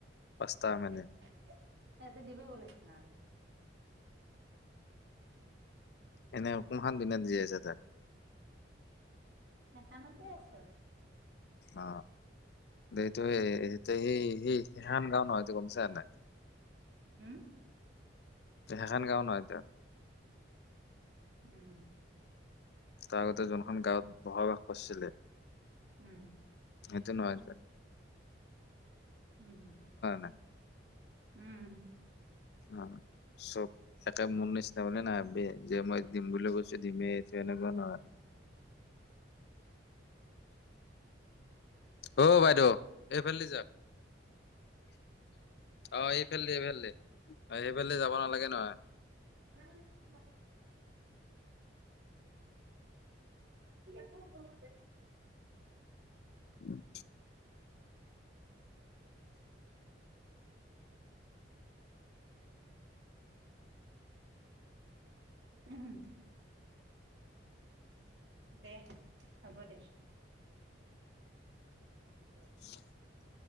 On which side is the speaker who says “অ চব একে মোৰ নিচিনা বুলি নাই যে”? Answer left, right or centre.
Left